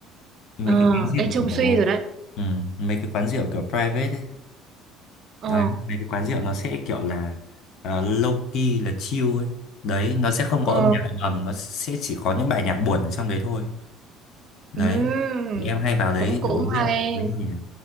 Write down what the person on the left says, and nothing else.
mấy
cái quán rượu
kiểu
ừ, mấy cái quán rượu kiểu private ấy
đấy mấy cái quán rượu nó sẽ kiểu là ờ, low key là chill ấy đấy nó sẽ không
có âm nhạc ầm ầm nó sẽ chỉ có những bài nhạc buồn ở trong đấy thôi đấy
thì em hay vào đấy
để uống
rượu với người nhà